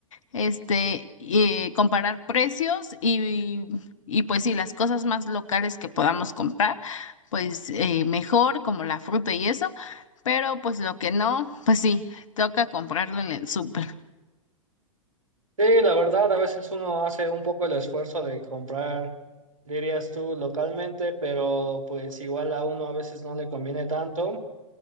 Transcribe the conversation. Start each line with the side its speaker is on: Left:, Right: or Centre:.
Left: este, eh, comparar precios y, y pues sí, las cosas más locales que podamos comprar pues eh, mejor, como la fruta y eso, pero pues lo que no, pues sí, toca comprarlo en el súper.
Right: Sí, la verdad, a veces uno hace un poco el esfuerzo de comprar, dirías tú, localmente, pero pues igual a uno a veces no le conviene tanto.